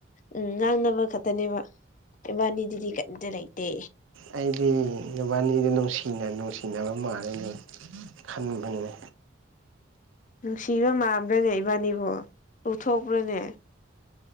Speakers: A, on the left; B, on the right.
A: ꯎꯝ ꯉꯥꯡꯅꯕ ꯈꯛꯇꯅꯦꯕ ꯏꯕꯥꯅꯤꯗꯨꯗꯤ ꯀꯩꯝꯇ ꯂꯩꯇꯦ
B: ꯑꯩꯗꯤ ꯅꯨꯕꯥꯅꯤꯗꯨ ꯅꯨꯡꯁꯤꯅ ꯅꯨꯡꯁꯤꯅꯕ ꯃꯥꯜꯂꯤꯅꯤ ꯈꯟꯕꯅꯤ
A: ꯅꯨꯡꯁꯤꯕ ꯃꯥꯟꯕ꯭ꯔꯅꯦ ꯏꯕꯥꯅꯤꯕꯨ ꯎꯊꯣꯛꯄ꯭ꯔꯅꯦ